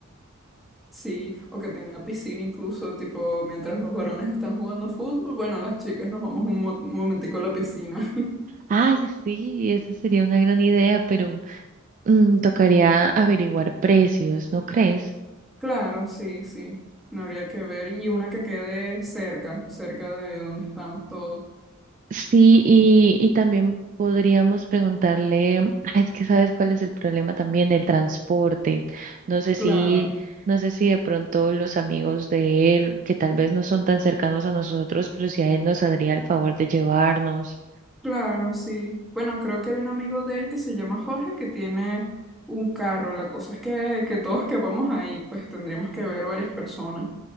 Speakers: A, in the centre; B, on the right.
A: Sí, o que tenga piscina incluso, tipo, mientras los varones están jugando fútbol, bueno, las chicas nos vamos un, mo- un momentico a la piscina. <laughs>
B: Ay, sí, esa sería una gran idea, pero... Mm, tocaría averiguar precios, ¿no crees?
A: Claro, sí, sí, no habría que ver. Y una que quede cerca, cerca de donde estamos todos.
B: Sí, y, y también podríamos preguntarle, ah, es que sabes cuál es el problema también, el transporte. No sé si,
A: Claro,
B: no sé si de pronto los amigos de él, que tal vez no son tan cercanos a nosotros, pero si a él nos haría el favor de llevarnos.
A: claro, sí. Bueno, creo que hay un amigo de él que se llama Jorge que tiene un carro. La cosa es que, que todos quepamos ahí, pues tendríamos que ver varias personas